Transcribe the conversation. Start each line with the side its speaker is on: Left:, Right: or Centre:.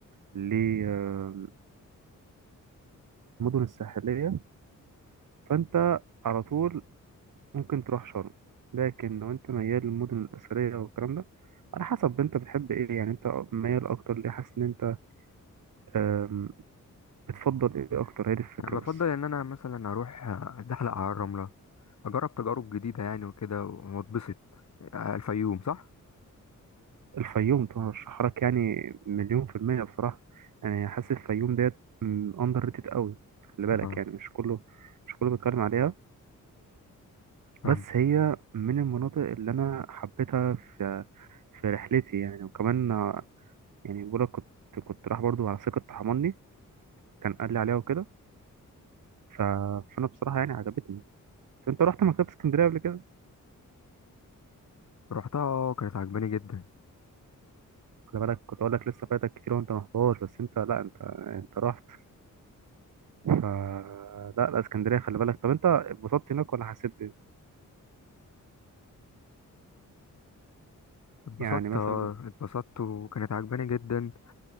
Right: للمدن الساحلية فانت على طول ممكن تروح شرم لكن لو انت ميال للمدن الأثرية والكلام ده على حسب انت بتحب ايه يعني انت ميال اكتر ليه حاسس ان انت آم، بتفضل ايه اكتر هي دي الفكرة
Left: أنا بفضل
Right: بس
Left: إن أنا مثلا أروح أتزحلق على الرملة أجرب تجارب جديدة يعني وكده وأتبسط آه، الفيوم صح؟
Right: الفيوم ترشح لك يعني مليون في المية بصراحة يعني حاسس الفيوم ديت اندر ريتد قوي خلي بالك
Left: اه
Right: يعني مش كله مش كله بيتكلم عليها
Left: فاهم
Right: بس هي من المناطق اللي انا حبيتها في في رحلتي يعني وكمان آه، يعني بقولك كنت كنت رايح برضو على ثقة حماني كان قال لي عليها وكده ف... فانا بصراحه يعني عجبتني انت رحت مكتبه اسكندريه قبل كده
Left: رحتها آه، كانت عجباني جدا
Right: خلي بالك كنت اقول لك لسه فايتك كتير وانت ما رحتهاش بس انت لا انت انت رحت ف لا لا اسكندريه خلي بالك طب انت اتبسطت هناك ولا حسيت بإيه؟
Left: اتبسطت
Right: يعني مثلا
Left: اه اتبسطت وكانت عجباني جدا